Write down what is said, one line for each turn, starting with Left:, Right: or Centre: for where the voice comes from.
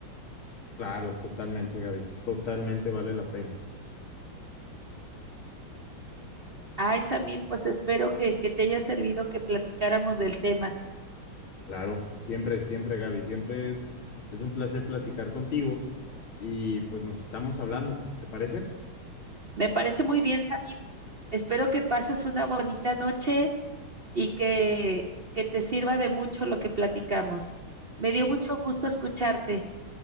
Left: Claro, totalmente, Gaby. Totalmente vale la pena.
Right: Ay, Samir, pues espero que, que te haya servido que platicáramos del tema.
Left: Claro, siempre, siempre, Gaby, siempre es, es un placer platicar contigo y pues nos estamos hablando, ¿te parece?
Right: Me parece muy bien, Samir. Espero que pases una bonita noche y que, que te sirva de mucho lo que platicamos. Me dio mucho gusto escucharte.